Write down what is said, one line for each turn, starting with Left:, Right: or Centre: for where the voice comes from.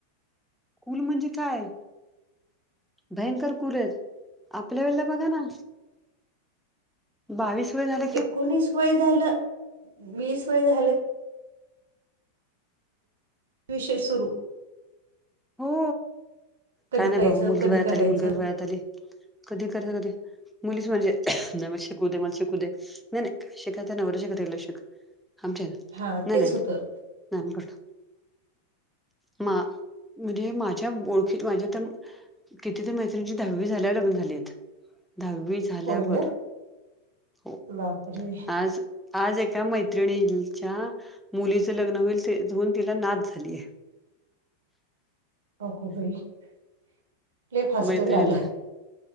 Centre: कुल म्हणजे काय भयंकर कुल आहेत. आपल्या वेळेला बघा ना. बावीस वज झा.
Right: एकोणीस वय झालं वीस वय झालं. विषय सुरू
Centre: हो
Right: कधी
Centre: काय नाही
Right: करायचं
Centre: बाबा मुलगी
Right: कधी
Centre: वयात
Right: करायचं
Centre: आली मुलगी वयात आली कधी करत कधी मुलीच म्हणजे नव शिकू दे मला शिकू दे नाही नाही का शिकता नवर शिकतल शिक. आमच्या नाही
Right: हा तेच
Centre: नाही
Right: होतं.
Centre: नाही करतो मा म्हणजे माझ्या ओळखीत माझ्या तर किती तर मैत्रिची दहावी झाल्या लागून झाली दहावी झाल्यावर
Right: होय ना
Centre: हो
Right: बापरे
Centre: आज आज एका मैत्रिणीच्या मुलीचं लग्न होईल तेून तिला नाच झालीय
Right: अ खोबई इले फास्ट
Centre: मैत्रिणीला
Right: झालं